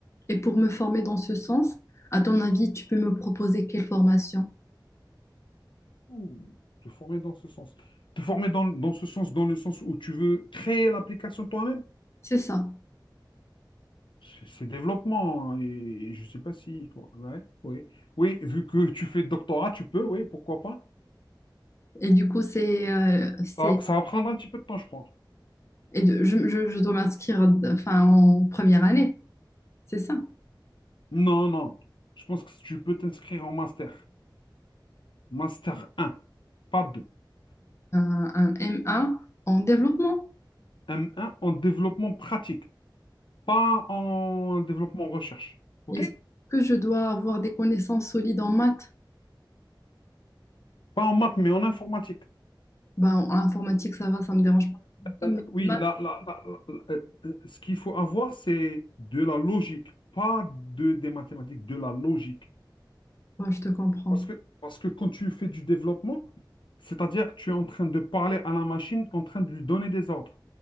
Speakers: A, on the left; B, on the left.
A: et pour me former dans ce sens, à ton avis, tu peux me proposer quelle formation?
B: Ouh, te former dans ce sens. Te former dans, dans ce sens, dans le sens où tu veux créer l'application toi-même.
A: C'est ça.
B: C'est c'est développement. hein, Et, je je sais pas si. quoi. Ouais, oui. Oui, vu que tu fais doctorat, tu peux, oui, pourquoi pas.
A: Et du coup, c'est euh, c'est
B: Ça, ça va prendre un petit peu de temps, je crois.
A: Et de- je, je, je dois m'inscrire enfin, en première année, c'est ça.
B: Non, non. Je pense que tu peux t'inscrire en master. Master un pas 2.
A: Un, un M1 en développement.
B: M1 en développement pratique, pas en développement recherche. OK?
A: Et que je dois avoir des connaissances solides en maths?
B: Pas en maths, mais en informatique.
A: Ben, en informatique, ça va, ça me dérange pas.
B: Euh,
A: Mais
B: Oui,
A: les maths,
B: là, là, là, là, euh, euh, ce qu'il faut avoir, c'est de la logique, pas de, des mathématiques, de la logique.
A: ouais, je te comprends.
B: Parce que, parce que quand tu fais du développement, c'est-à-dire tu es en train de parler à la machine, en train de lui donner des ordres.